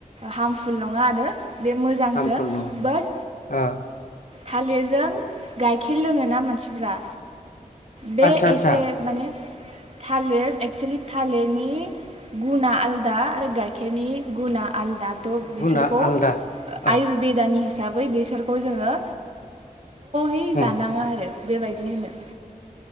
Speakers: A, on the right; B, on the left.
A: हामफुल नंङा आरो। बे मोजांसो
B: हार्मफुल नङा
A: बाट
B: ओ
A: थालिरजों गाइखेर लोंङो ना मानसिफ्रा बे
B: आदसा आदसा
A: एसे माने थालिर एक्सुेलि थालिरनि गुना आलदा आरो गाइखेरनि गुनाआ आलदाथ बिसोरखौ
B: गुना आलदा ओ
A: आयुरबेदानि हिसाबै बै बेसरखौ जोंङो जयै
B: उम
A: जानाङा आरो। बेबायदि होनो।